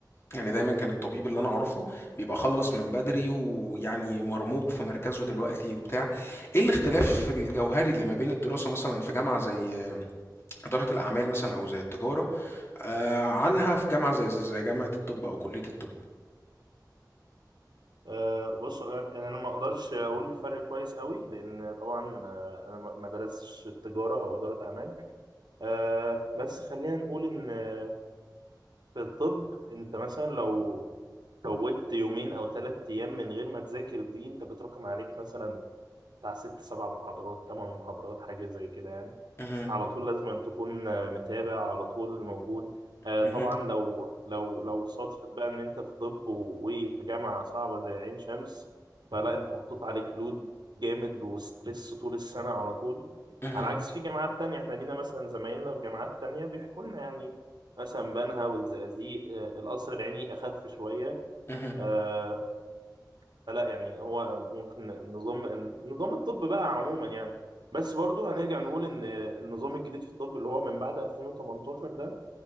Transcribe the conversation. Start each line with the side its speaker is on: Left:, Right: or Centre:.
Left: يعني دايما كان الطبيب اللي أنا أعرفه بيبقى خلص من بدري ويعني مرموق في مركزه دلوقتي وبتاع إيه الاختلاف
Right: امم
Left: الجوهري اللي ما بين الدراسة مثلا في جامعة زي إدارة الأعمال مثلا أو زي التجارة آه، عنها في جامعة زي زي جامعة الطب أو كلية الطب
Right: أه بص يعني انا ما اقدرش اقول الفرق كويس قوي لان طبعا آه، انا ما ما درستش تجاره او اداره اعمال أه بس خلينا نقول ان آه، في الطب انت مثلا لو فوتت يومين او ثلاث ايام من غير ما تذاكر دي انت بتراكم عليك مثلا بتاع ست سبع محاضرات تمن محاضرات حاجة زي كده يعني
Left: مهم،
Right: على طول لازم أن تكون آه، متابع على طول موجود آه،
Left: مهم،
Right: طبعا لو لو لو صادفت بقى ان انت في طب و- وفي جامعة صعبة زي عين شمس فلا انت محطوط عليك لود جامد وستريس طول السنة على طول
Left: مهم،
Right: على عكس في جامعات تانية احنا لينا مثلا زمايلنا في جامعات تانية بيحكوا لنا يعني مثلا بنها والزقازيق آه، القصر العيني أخف شوية
Left: مهم.
Right: آه، فلا يعني هو ممكن نظام نظام الطب بقى عموما يعني بس برضو هنرجع نقول ان النظام الجديد في الطب اللي هو من بعد 2018 ده